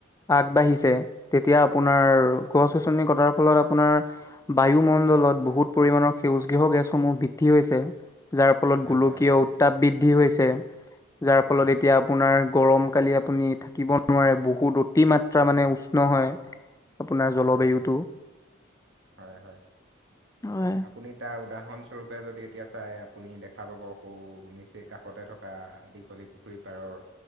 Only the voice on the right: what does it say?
হয়
হয়
হয় হয় হয়।
আপুনি তাৰ উদাহৰণ স্বৰূপে যদি এতিয়া চাই আপুনি দেখা পাব সৌ নিচেই কাষতে থকা দীঘলী পুখুৰী পাৰৰ